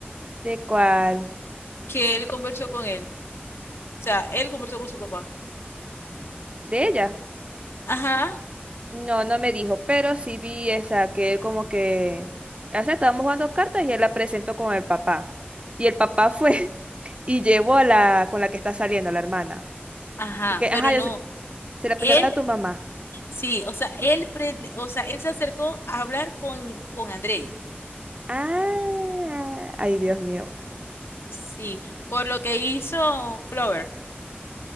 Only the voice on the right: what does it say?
¿De cuál?
¿De ella?
No, no me dijo, pero sí vi esa, que él como que... O sea, estábamos jugando cartas y él la presentó con el papá. Y el papá fue <laughs> y llevó a la con la que está saliendo, la hermana.
Y que, ajá,
ya se, se la
presentaste a tu mamá.
Ah, ay, Dios mío.